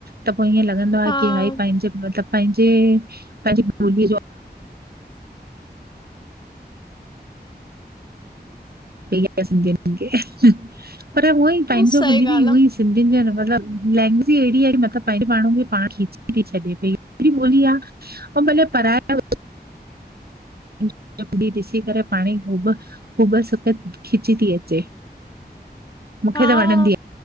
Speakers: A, on the right (about 65°); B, on the left (about 25°).
A: त पोइ ईअं लॻंदो आहे
B: हा,
A: की भाई पंहिंजे मतलब पंहिंजे पंहिंजी <unintelligible> <unintelligible> <unintelligible> पर उअं ई पंहिंजो
B: सही
A: बि दीदी
B: ॻाल्हि
A: उअ ई सिंधियुनि जो मतलबु <unintelligible> मतलब पंहिंजे माण्हू खे पाण खीची छॾे पई <unintelligible> पराया <unintelligible> <unintelligible> पाणी हूब <unintelligible> खिची थी अचे मूंखे
B: आ, हा।
A: त वणंदी आ